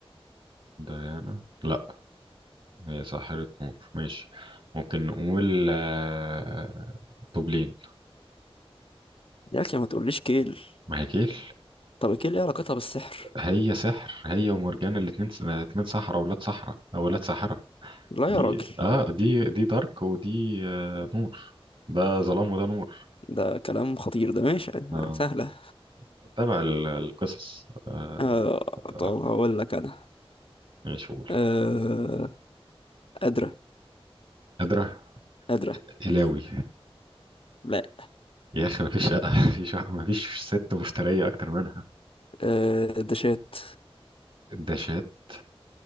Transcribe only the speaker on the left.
يا اخي ما تقوليش كيل
طب كيل ايه علاقتها بالسحر
لا
يا راجل
ده كلام خطير ده ماشي يعني
آه، سهلة
آه
طب هقول لك انا
آه قادرة
قادرة
لا
آه دشات